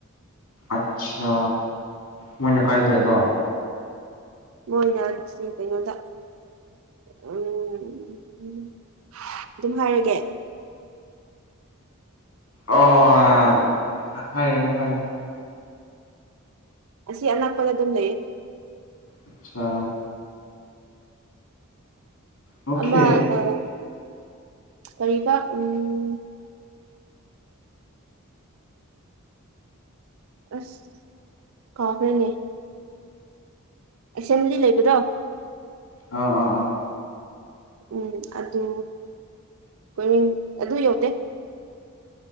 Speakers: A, on the left; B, on the right.
A: ꯑꯠꯁꯥ ꯃꯣꯏꯅ ꯀꯥꯏꯗ ꯂꯩꯕ
B: ꯃꯣꯏꯅ ꯆꯤ ꯀꯩꯅꯣꯗ ꯎꯝ ꯗꯨꯝ ꯍꯥꯏꯔꯒꯦ
A: ꯑꯣꯑ ꯍꯥꯏꯔꯅꯨ ꯍꯥꯏꯔꯅꯨ
B: ꯑꯁꯤ ꯑꯅꯛꯄꯗ ꯑꯗꯨꯝ ꯂꯩꯌꯦ
A: ꯑꯁꯁꯥ ꯑꯣꯀꯦ
B: ꯑꯃ ꯑ ꯀꯔꯤꯕ ꯎꯝ ꯑꯁ ꯀꯥꯎꯈ꯭ꯔꯦꯅꯦ ꯑꯦꯁꯦꯝꯕ꯭ꯂꯤ ꯂꯩꯕꯗꯣ
A: ꯑ ꯑꯣ ꯑꯣ
B: ꯎꯝ ꯑꯗꯨ ꯃꯅꯤꯡ ꯑꯗꯨ ꯌꯧꯗꯦ